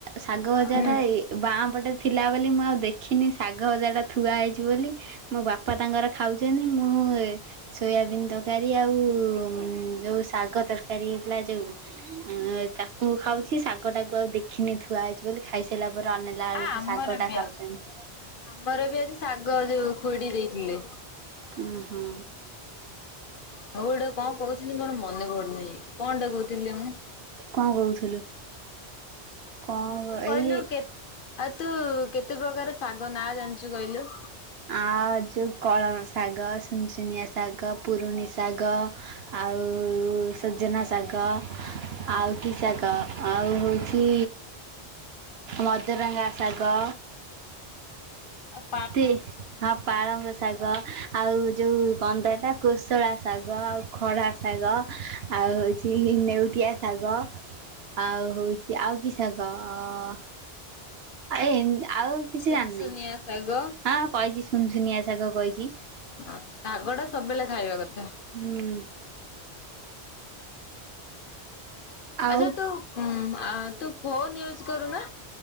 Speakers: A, on the right (about 65°); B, on the left (about 55°).
A: ଶାଗ ଭଜା
B: ହୁଁ
A: ଟା ଏଇ ବାଁପଟେ ଥିଲା ବୋଲି ମୁଁ ଆଉ ଦେଖିନି ଶାଗ ଭଜାଟା ଥୁଆ ହେଇଛି। ବୋଲି ମୋ ବାପା ତାଙ୍କର ଖାଉଛନ୍ତି ମୁଁ ସୋୟାବିନ୍ ତରକାରୀ ଆଉ ଯୋଉ ଶାଗ ତରକାରୀ ହେଇଥିଲା ଯୋଉ ଅ ତାକୁ ଖାଉଛି ଶାଗ ଟାକୁ ଆଉ ଦେଖିନି ଥୁଆ ହେଇଛି ବୋଲି। ଖାଇସାରିଲା ପରେ ଅନେଲା ଆଳୁକୁ
B: ଆ ଆମର
A: ଶାଗ ଟା
B: ବି
A: ଖାଉଛନ୍ତି।
B: ଆମର ବି ଆଜି ଶାଗ ଯୋଉ ଖୁଡି ଦେଇଥିଲେ।
A: ହୁଁ ହୁଁ।
B: ହଉ ଏଇଟା କଣ କହୁଛନ୍ତି ମୋର ମନେ ପଡୁନିଁ କଣ ଟା କହୁଥିଲି ମୁଁ।
A: କଣ କହୁଥିଲୁ? କଣ
B: ତୁ କହିଲୁ
A: ଏଇ
B: କେ ଆଉ ତୁ କେତେ ପ୍ରକାର ଶାଗ ନାଁ ଜାଣିଛୁ କହିଲୁ?
A: ଆଉ ଯେଉଁ କଳମ ଶାଗ ସୁନୁସୁନିଆ ଶାଗ ପୁରୁଣି ଶାଗ। ଆଉ ସଜନା ଶାଗ। ଆଉ କି ଶାଗ ଆଉ ହଉଛି ମଦରଙ୍ଗା ଶାଗ।
B: ଆ
A: ତେ ହଁ ପାଳଙ୍ଗ ଶାଗ ଆଉ ଯେଉ କଣ ତ ହେଟା କୋଶଳା ଶାଗ ଆଉ ଖଡା ଶାଗ ଆଉ ହେଉଛି ନେଉଟିଆ ଶାଗ। ଆଉ ହଉଛି ଆଉ କି ଶାଗ ଅ ହେ ଏ ଦ ଆଉ କିଛି
B: ଶୁନୁ
A: ଜାଣିନି
B: ସୁୁନିଆସାଗ।
A: ହଁ କହିଛି ସୁନୁସୁନିଆ ସାଗ କହିଛି।
B: ହ ଶାଗ ଟା ସବୁବେଳେ ଖାଇବା କଥା।
A: ହୁଁ। ଆଉ
B: ଆଛା ତୁ ଉଁ ଆ ତୁ ଫୋନ ୟୁଜ କରୁନା?